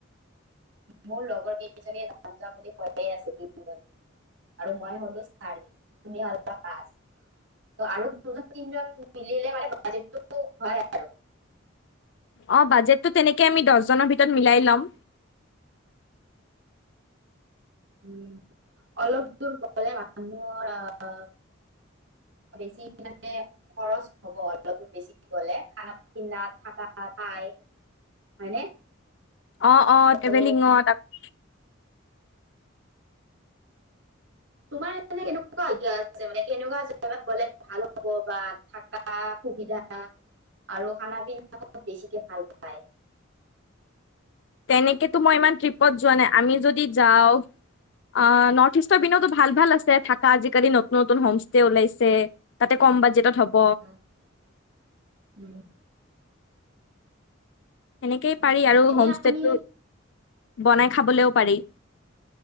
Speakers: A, on the right; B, on the left.
A: মোৰ লগৰ কেইজনীয়ে যাম যাম বুলি কৈয়েই আছে। তিনিজনী আৰু মই হলো চাৰি তুমি হলা পাঁচ আৰু দুজন তিনিজন মিলিলে মানে বাজেটতো হয় আৰু।
B: অ বাজেটটো তেনেকে আমি দহজনৰ ভিতৰত মিলাই ল'ম।
A: উ অলপ দূৰ গলে মানুহৰ আহ বেছি মানে খৰচ হব, অলপ দূৰ বেছি গলে খানা পিনা থাকা ঠাই হয়নে?
B: অ অ ট্ৰেভেলিঙত
A: তো
B: ত
A: তোমাৰ এ কেনেকুৱা আজ্ঞা আছে মানে কেনেকুৱা জেগাত গলে ভাল হব বা থকা সুবিধা আৰু খানা পিনা খব বেছিকে ভাল পায়।
B: তেনেকেতো মই ইমান ট্ৰিপত যোৱা নাই, আমি যদি যাওঁ আঁহ নৰ্থ ইষ্টৰ পিনতো ভাল ভাল আছে থাকা আজিকালি নতুন নতুন হোম ষ্টে ওলাইছে তাতে কম বাজেটত।
A: <inaudible>
B: হ'ব এনেকেই পাৰি আৰু
A: এনে
B: হোমস্তেটো
A: আমি
B: বনাই খাবলেও পাৰি।